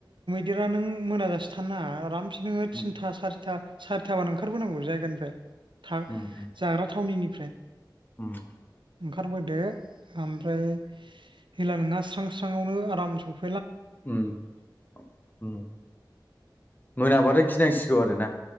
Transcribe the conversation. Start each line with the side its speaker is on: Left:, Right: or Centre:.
Right: देरा नों मोनाजासे थान नाङा आरामसे नों
Left: उम
Right: थिन सारिथा सारिथाबानो ओंखारबोनांगौ जायगानिफ्राय था
Left: उम
Right: जाग्रा थावनिनि फ्रें
Left: उम
Right: ओंखारबोदो ओमफ्राय हेला नोङा स्रां स्रां आवनो आराम सफै
Left: उम उम मोनाबाथाय गिनांसि गौ आरो ना